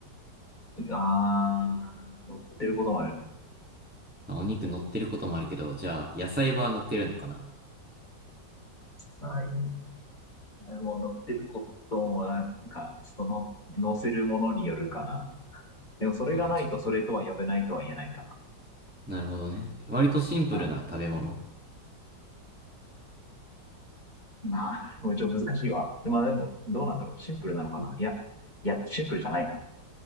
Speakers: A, on the left; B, in the centre.
A: あー、乗ってることもある。
B: まあお肉乗ってることもあるけど、じゃあ、野菜は乗ってるのかな
A: はい。もう乗ってるコットンは、なんか、その、乗せるものによるかな。でも、それがないとそれとは呼べないとは言えないか
B: あ、じ、なるほどね。割とシンプルな食べ物。
A: な。うん。まあ、もうちょっと難しいわ。まあでも、どうなんだろう。シンプルなのかないや、いや、シンプルじゃないな。